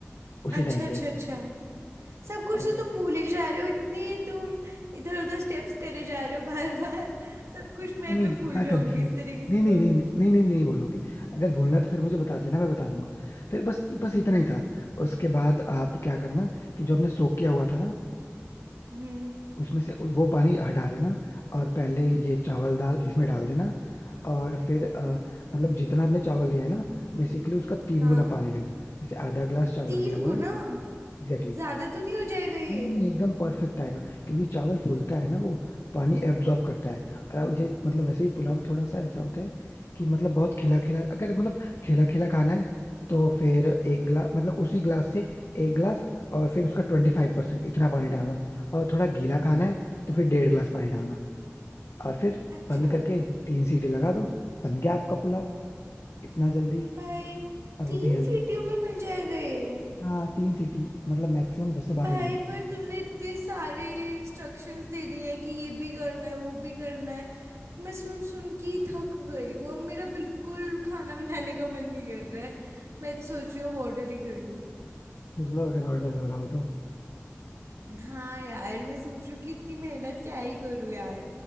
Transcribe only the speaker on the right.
अच्छा
अच्छा
अच्छा सब कुछ
तो तुम भूले जा रहे हो इतनी तुम इधर उधर स्टेप्स करे जा रहे हो बार बार सब कुछ
मैं
भी भूल
जाऊंगी
इस तरीके से
तो
हम्म
हाँ
तीन
गुना
ज्यादा तो नहीं हो जाएगा ये
अच्छा
भाई
तीन
सीटियों में बन जाएगा ये
भाई
पर तुमने इतने सारे इंस्ट्रक्शंस दे दिए हैं कि ये भी करना है वो भी करना है मैं सुन सुन के ही थक गई हूँ अब मेरा बिल्कुल खाना बनाने का मन नहीं कर रहा है मैं तो सोच रही हूँ अब ऑर्डर ही कर लूँ
हाँ यार मैं सोच रही हूँ कि इतनी मेहनत क्या ही करूँ यार